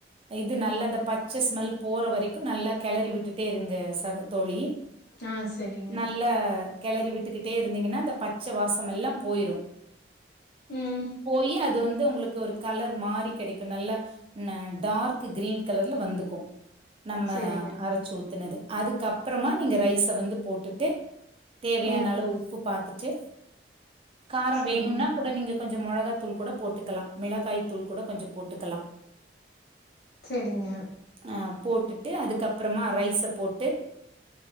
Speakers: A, on the right; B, on the left.
A: இது நல்ல அந்த பச்ச ஸ்மெல் போற வரைக்கு நல்லா கெளறி விட்டுட்டே இருங்க ச தோழி
B: ஆ சரிங்க.
A: நல்ல கெளறி விட்டுக்கிட்டே இருந்தீங்கன்னா அந்த பச்ச வாசமெல்லா போய்ரு
B: ம்.
A: போய் அது வந்து உங்களுக்கு ஒரு கலர் மாறி கெடைக்கு நல்லா டார்க் க்ரீன் கலர்ல வந்துக்கு நம்ம
B: சரிங்க.
A: அரைச்சு ஊத்துனது அதுக்கப்றமா நீங்க ரைஸ வந்து போட்டுட்டு தேவையான
B: ம்.
A: அளவு உப்பு பாத்துட்டு கார
B: சரிங்க,
A: வேணும்னா கூட நீங்க கொஞ்ச மொளகா தூள் கூட போட்டுக்கலா மிளகாய் தூள் கூட கொஞ்ச போட்டுக்கலா
B: செரிங்க
A: அ போட்டுட்டு அதுக்கப்றமா ரைஸ போட்டு